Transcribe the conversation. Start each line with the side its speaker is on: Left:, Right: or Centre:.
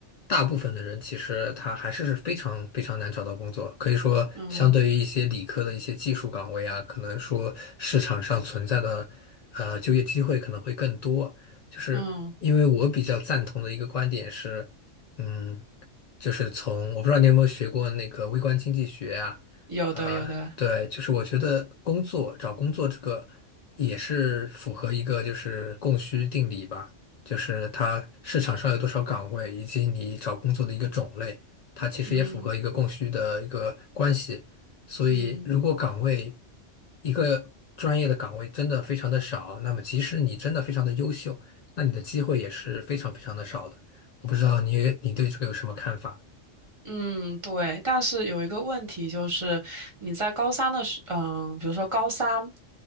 Left: 大部分的人其实他还是非常非常难找到工作。可以说，
Right: 嗯
Left: 相对于一些理科的一些技术岗位啊，可能说市场上存在的呃就业机会可能会更多。就是因为我比较赞同的一个观点是，
Right: 嗯，
Left: 嗯，就是从我不知道你有没有学过那个微观经济学啊，
Right: 有的有的，
Left: 呃，对，就是我觉得工作找工作这个也是符合一个就是供需定理吧，就是它市场上有多少岗位，以及你找工作的一个种类，它其实也符合一个供需的一个关系。
Right: 嗯
Left: 所以，
Right: 嗯。
Left: 如果岗位一个专业的岗位真的非常的少，那么即使你真的非常的优秀，那你的机会也是非常非常的少的。我不知道你你对这个有什么看法？
Right: 嗯，对，但是有一个问题就是，你在高三的时，嗯，比如说高三，